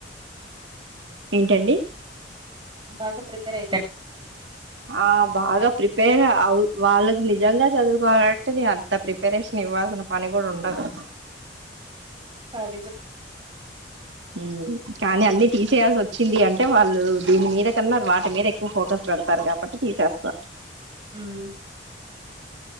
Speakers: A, on the right; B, on the right.
A: ఏంటండి
B: బాగా ప్రిపేర్ అయితా
A: ఆ బాగా ప్రిపేర్ అ వాళ్ళకి నిజంగా చదువుకోవాలంటే నే అంత ప్రిపరేషన్ నివ్వాల్సిన పని కూడా ఉండదు
B: అది గు
A: హూ కానీ అన్ని తీసేయాల్సి వచ్చింది అంటే వాళ్ళు దీని మీద కన్నా వాటి మీద ఎక్కువ ఫోకస్ పెడతారు అదొక్కటి తీసేస్తా
B: ఉమ్